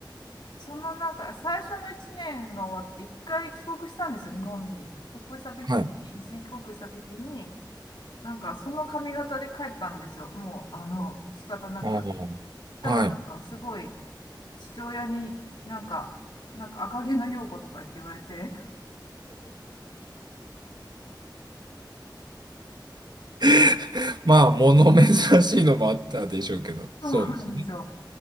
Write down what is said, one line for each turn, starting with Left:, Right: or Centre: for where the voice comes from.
Left: そのなんか最初の1年が終わって、1回帰国したんですよ、日本に。帰国した時に、
Right: い。はい。
Left: 一時帰国した時に、なんかその髪型で帰ったんですよ。もう、あの、仕方なく。
Right: あ
Left: そしたらなんかすごい
Right: あ。はい。
Left: 父親になんか、なんか赤毛の陽子とか言って言われて、
Right: <laughs> まあ、物珍しいのもあったでしょうけど、
Left: <laughs>
Right: そうですね。
Left: そうなんですよ。